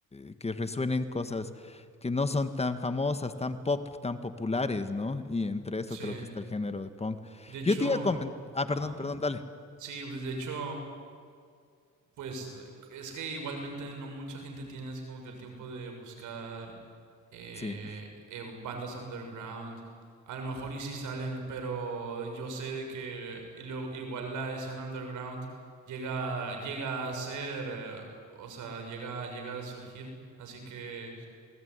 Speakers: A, on the left; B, on the right.
A: eh, que resuenen cosas que no son tan famosas, tan pop, tan populares, ¿no? Y entre eso
B: Sí.
A: creo que está el género de punk.
B: De hecho,
A: Yo te iba a comentar, ah,
B: ajá.
A: perdón, perdón, dale.
B: Sí, pues de hecho, pues es que igualmente no mucha gente tiene así como que el tiempo de buscar eh,
A: Sí,
B: eh, bandas underground. A lo mejor y si salen, pero yo sé de que y lo- igual la escena underground llega, llega a ser, eh, o sea, llega, llega a surgir. Así que,